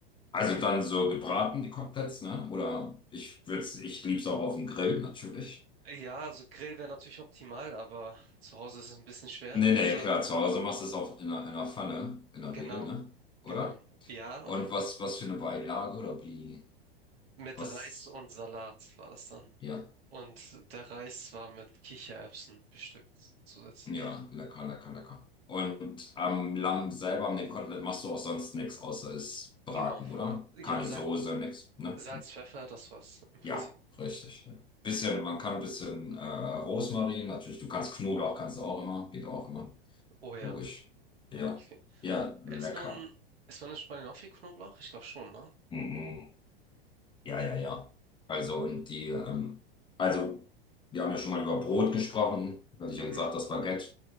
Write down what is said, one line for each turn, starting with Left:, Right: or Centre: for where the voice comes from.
Left: also dann so gebraten, die Koteletts, ne? Oder ich würde ich lieb's auch auf dem Grill, natürlich.
Right: Ja, also Grill wäre natürlich optimal, aber zu Hause ist es ein bisschen schwer.
Left: Nee, nee,
Right: Also
Left: klar, zu Hause machst du es auch in einer, in einer Pfanne, in der
Right: genau,
Left: Regel, ne? Oder?
Right: genau. Ja,
Left: Und was, was für eine Beilage oder wie,
Right: mit
Left: was,
Right: Reis und Salat war das dann.
Left: ja.
Right: Und der Reis war mit Kichererbsen bestückt zusätzlich.
Left: Ja, lecker, lecker, lecker. Und am Lamm selber, am dem Kotelett, machst du auch sonst nichts, außer es
Right: Genau.
Left: braten, oder?
Right: Ja,
Left: Keine
Right: Salz,
Left: Soße, nichts, ne?
Right: Salz, Pfeffer, das war's im Prinzip.
Left: Ja, richtig. Ja. Bisschen, man kann ein bisschen äh, Rosmarin, natürlich, du kannst Knoblauch, kannst du auch immer, geht auch immer.
Right: Oh ja.
Left: Logisch. Ja,
Right: Okay.
Left: ja,
Right: Isst
Left: lecker.
Right: man, isst man in Spanien auch viel Knoblauch? Ich glaube schon, ne?
Left: Mhm. Ja, ja, ja. Also, und die, ähm, also, wir haben ja schon mal über Brot gesprochen, weil ich
Right: Mhm.
Left: ja gesagt, das Baguette.